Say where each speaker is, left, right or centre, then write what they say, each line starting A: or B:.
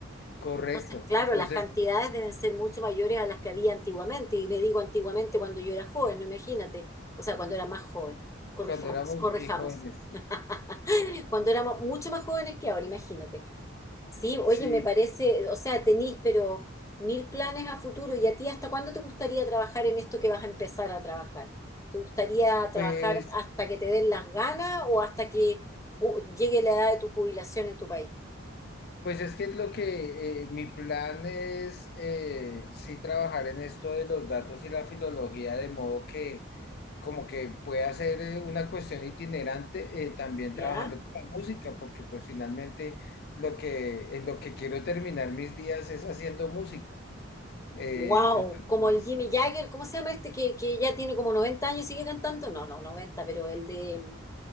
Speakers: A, on the left; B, on the left.
A: correcto.
B: Entonces, claro,
A: Entonces,
B: las cantidades deben ser mucho mayores a las que había antiguamente. Y le digo antiguamente cuando yo era joven, no imagínate. O sea, cuando era más joven. Corrijamos,
A: cuando éramos
B: corrijamos.
A: bien jóvenes, sí,
B: <laughs> Cuando éramos mucho más jóvenes que ahora, imagínate. Sí, oye,
A: Sí,
B: me parece, o sea, tenís, pero mil planes a futuro. ¿Y a ti hasta cuándo te gustaría trabajar en esto que vas a empezar a trabajar? ¿Te gustaría trabajar
A: pues
B: hasta que te den las ganas o hasta que ju- llegue la edad de tu jubilación en tu país?
A: Pues es que es lo que eh, mi plan es, eh, sí trabajar en esto de los datos y la filología, de modo que como que pueda ser eh, una cuestión itinerante, eh, también
B: ¿Ya?
A: trabajando con la música, porque pues finalmente lo que, en lo que quiero terminar mis días es haciendo música. Eh,
B: Wow,
A: entonces,
B: como el Jimmy Jagger, ¿cómo se llama este que, que ya tiene como 90 años y sigue cantando? No, no, 90, pero el de